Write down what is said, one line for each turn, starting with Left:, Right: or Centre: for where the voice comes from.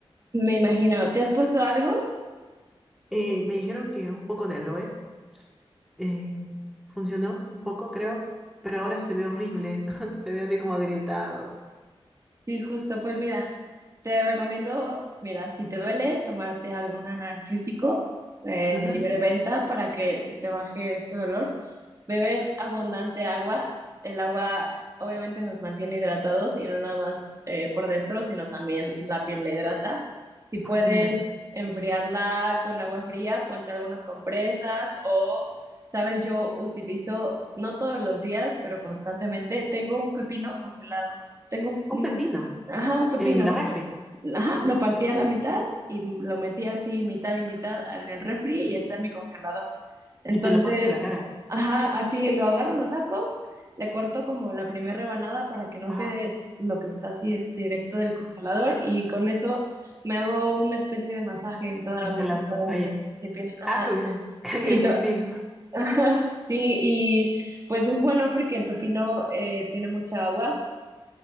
Right: me imagino, ¿te has puesto algo?
Centre: Eh, me dijeron que un poco de aloe eh, funcionó un poco, creo, pero ahora se ve horrible, <laughs> se ve así como agrietado.
Right: Sí, justo, pues mira, te recomiendo, mira, si te duele, tomarte algún analgésico eh,
Centre: Ujú.
Right: de libre venta para que se te baje este dolor. Beber abundante agua. El agua obviamente nos mantiene hidratados y no nada más eh, por dentro, sino también la piel la hidrata. Si puedes
Centre: Ah, mira,
Right: enfriarla con agua fría, ponte algunas compresas o, sabes, yo utilizo, no todos los días, pero constantemente, tengo un pepino congelado. Tengo
Centre: un
Right: un
Centre: pepino
Right: ajá, un pepino,
Centre: en la refri
Right: ajá, lo partí a la mitad y lo metí así mitad y mitad en el refri y está en mi congelador. Entonces,
Centre: y te lo pones en la cara.
Right: ajá, así lo agarro, lo saco, le corto como la primera rebanada para que no
Centre: Ajá,
Right: quede lo que está así en- directo del congelador y con eso me hago una especie de masaje en toda
Centre: ensalada,
Right: mi, en toda
Centre: ayer.
Right: mi, mi piel. Ajá.
Centre: Ah, con, <laughs> con
Right: Y
Centre: el
Right: lo,
Centre: pepino
Right: <laughs> ajá, sí, y pues es bueno porque el pepino eh, tiene mucha agua,